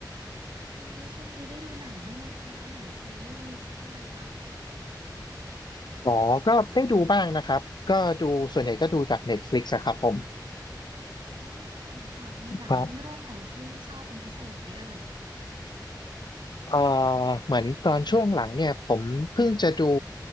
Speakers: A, on the right; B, on the left.
A: ค่ะคุณเจช่วงนี้ได้ดูหนังบ้างไหมคะหนังซีรีส์ก็ได้ค่ะ
B: อ๋อก็ได้ดูบ้างนะครับก็ดูส่วนใหญ่ก็ดูจาก Netflix อะครับผม
A: อ่าค่ะมีหนังเรื่องไหนที่ชอบเป็นพิเศษไหมเอ่ย
B: ครับเอ่อเหมือนตอนช่วงหลังเนี่ยผมเพิ่งจะดู